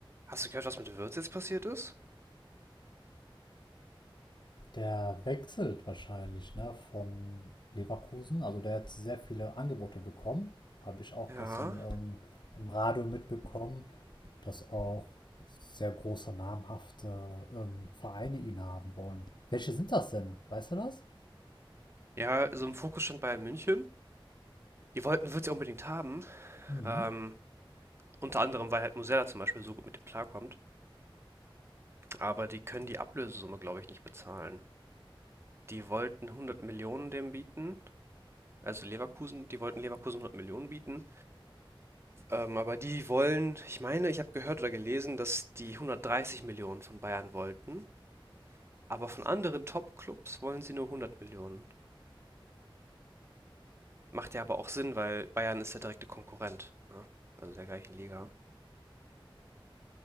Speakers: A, on the right; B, on the left.
A: Hast du gehört, was mit Wirtz jetzt passiert ist?
B: Der wechselt wahrscheinlich, ne, von Leverkusen. Also der hat sehr viele Angebote bekommen. Habe ich auch
A: Ja.
B: gestern ähm, im Radio mitbekommen, dass auch sehr große, namhafte ähm, Vereine ihn haben wollen. Welche sind das denn? Weißt du das?
A: Ja, so im Fokus stand Bayern München. Die wollten Wirtz ja unbedingt haben.
B: Mhm.
A: Ähm, unter anderem, weil halt Musella zum Beispiel so gut mit dem klarkommt. Aber die können die Ablösesumme, glaube ich, nicht bezahlen. Die wollten 100 Millionen dem bieten. Also Leverkusen, die wollten Leverkusen 100 Millionen bieten. Ähm, aber die wollen, ich meine, ich habe gehört oder gelesen, dass die 130 Millionen von Bayern wollten. Aber von anderen Top-Clubs wollen sie nur 100 Millionen. Macht ja aber auch Sinn, weil Bayern ist der direkte Konkurrent, ne? also der gleichen Liga.